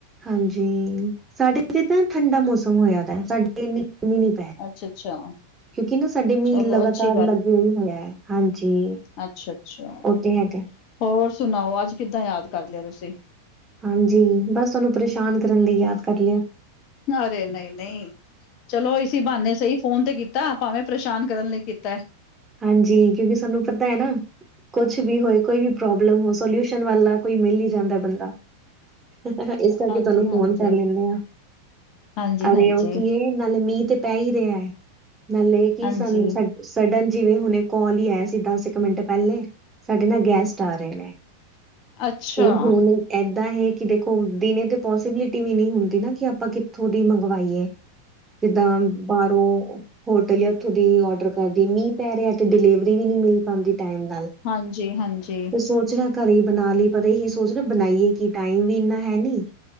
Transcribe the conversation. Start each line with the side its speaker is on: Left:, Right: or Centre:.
Right: ਹਾਂਜੀ, ਸਾਡੇ ਇਥ ਤਾਂ ਠੰਡਾ ਮੌਸਮ ਹੋਇਆ ਦੈ। ਤਾਂ ਸਾਡੇ ਇੰਨੀ ਗਰਮੀ ਨੀਂ।
Left: ਅੱਛਾ-ਅੱਛਾ।
Right: ਕਿਉਕਿ ਨਾ ਸਾਡੇ ਮੀਂਹ
Left: ਚਲੋ
Right: ਲਗਾਤਾਰ
Left: ਅੱਛੀ
Right: ਲੱਗੇਆ ਹੀ ਹੋਇਆ ਐ, ਹਾਂਜੀ।
Left: ਅੱਛਾ- ਅੱਛਾ।
Right: ਉਹ ਤੇ ਹੈਗਾ।
Left: ਹੋਰ ਸੁਣਾਓ, ਅੱਜ ਕਿੱਦਾਂ ਯਾਦ ਕਰ ਲਿਆ ਤੁਸੀਂ?
Right: ਹਾਂਜੀ, ਬਸ ਤੁਹਾਨੂੰ ਪਰੇਸ਼ਾਨ ਕਰਨ ਲਈ ਯਾਦ ਕਰ ਲਿਆ।
Left: ਅਰੇ ਨਹੀਂ- ਨਹੀਂ, ਚਲੋ ਇਸ ਸੀ ਬਾਹਾਨੇ ਸਹੀ ਫੋਨ ਤੇ ਕੀਤਾ, ਭਾਵੇਂ ਪਰੇਸ਼ਾਨ ਕਰਨ ਲਈ ਕੀਤਾ ਐ।
Right: ਹਾਂਜੀ, ਕਿਉਂਕਿ ਸਾਨੂੰ ਪਤਾ ਹੈ ਨਾ ਕੁੱਛ ਵੀ ਹੋਏ ਕੋਈ ਵੀ ਪ੍ਰੋਬਲਮ ਹੋ, ਸੋਲਿਊਸ਼ਨ ਵਾਲਾ ਕੋਈ ਮਿਲ ਹੀ ਜਾਂਦੈਂ ਬੰਦਾ। ਇਸ ਕਰਕੇ
Left: ਹਾਂਜੀ-ਹਾਂਜੀ
Right: ਤੁਹਾਨੂੰ ਫੋਨ ਕਰ ਲੈਂਦੇ ਆ,
Left: ਹਾਂਜੀ-ਹਾਂਜੀ
Right: ਅਰੇ
Left: ਹਾਂਜੀ
Right: ਉਹ ਕੀ ਨਾਲੇ ਮੀਂਹ ਤੇ ਪੈ ਈ ਰਿਹਾ ਹੈ, ਨਾਲੇ ਕੀ
Left: ਹਾਂਜੀ ਹਾਂਜੀ,
Right: ਸਾਨੂੰ ਸਡਨ ਜਿਵੇਂ ਹੁਣੇ ਕਾਲ ਹੀ ਆਇਆ ਸੀ, ਦਸ ਇੱਕ ਮਿੰਟ ਪਹਿਲੇ, ਸਾਡੇ ਨਾ ਗੈਸਟ ਆ ਰਹੇ ਨੇ।
Left: ਅੱਛਾ
Right: ਉਹ ਹੁਨ? ਇਦਾਂ ਹੈ ਕਿ ਦੇਖੋ ਦਿਨੇ ਤੇ ਪੋਸੀਬਿਲਿਟੀ ਵੀ ਨਹੀਂ ਹੁੰਦੀ ਨਾ, ਕਿ ਆਪਾਂ ਕਿੱਥੋਂ ਦੀ ਮੰਗਵਾਈਏ? ਜਿੱਦਾਂ ਬਾਹਰੋਂ ਹੋਟਲ ਜਾਂ ਉੱਥੋਂ ਦੀ ਆਰਡਰ ਕਰਦੀਏ ਮੀਂਹ ਪੈ ਰਿਹਾ ਤੇ ਡਿਲੀਵਰੀ ਵੀ ਨਹੀਂ ਮਿਲ ਪਾਉਂਦੀ ਟਾਈਮ ਨਾਲ।
Left: ਹਾਂਜੀ- ਹਾਂਜੀ।
Right: ਸੋਚ ਰਿਹਾ ਘਰੇ ਹੀ ਬਣਾ ਲਈ, ਪਰ ਇਹੀ ਸੋਚ ਰਿਹਾ ਬਣਾਈਏ ਕਿ ਟਾਈਮ ਵੀ ਇੰਨਾ ਹੈ ਨੀਂ।